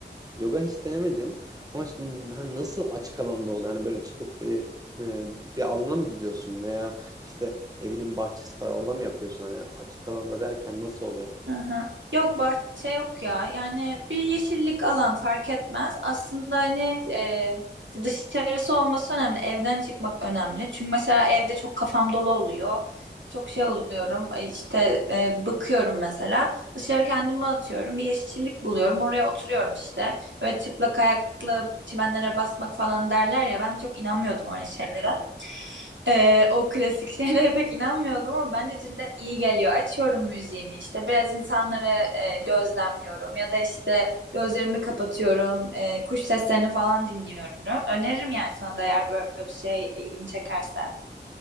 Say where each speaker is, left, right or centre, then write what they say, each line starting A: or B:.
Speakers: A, on the right; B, on the right.
A: Yoga hiç denemedim. Ama şimdi hani nasıl açık alanda oluyor? Hani böyle çıkıp bir e, bir alana mı gidiyorsun veya işte evinin bahçesi var orada mı yapıyorsun? Hani açık alanda derken nasıl oluyor?
B: Hı hı. Yok bahçe yok ya. Yani bir yeşillik alan fark etmez. Aslında hani e, dışarısı olması önemli. Evden çıkmak önemli. Çünkü mesela evde çok kafam dolu oluyor. Çok şey oluyorum. e, işte e, bıkıyorum mesela. Dışarı kendimi atıyorum. Bir yeşillik buluyorum. Oraya oturuyorum işte. Böyle çıplak ayakla çimenlere basmak falan derler ya. Ben çok inanmıyordum öyle şeylere. Ee, o klasik <laughs> şeylere pek inanmıyoruz ama bence cidden iyi geliyor. Açıyorum müziğimi işte biraz insanları e, gözlemliyorum ya da işte gözlerimi kapatıyorum, e, kuş seslerini falan dinliyorum. Öneririm yani sana da eğer böyle bir şey ilgini çekerse.